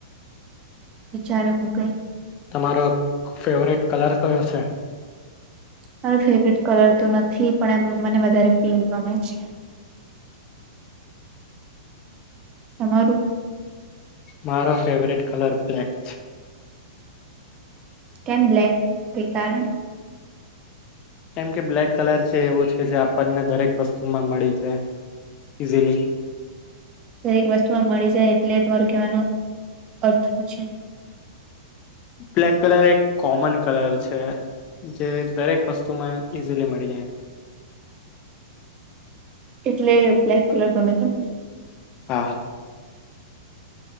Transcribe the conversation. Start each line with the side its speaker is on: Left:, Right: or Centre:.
Right: વિચારો મ કઈ
Left: તમારો ફેવરેટ કલર કયો છે.
Right: મારો ફેવરેટ કલર તો નથી પણ એમ મને વધારે પિંક ગમે છે <inaudible> તમારું
Left: મારો ફેવરેટ કલર બ્લેક છે
Right: કેમ બ્લેક કે કારણ
Left: કેમ કે બ્લેક કલર જે એવો છે જે, આપણને દરેક વસ્તુમાં મળી જાય. ઇઝલી
Right: દરેક વસ્તુમાં મળી જાય એટલે તમારું કેવાનો અર્થ છે
Left: બ્લેક કલર એક કોમન કલર છે જે દરેક વસ્તુમાં એમ ઈઝીલી મળી જાય
Right: એટલે બ્લેક કલર ગમે તમને
Left: હા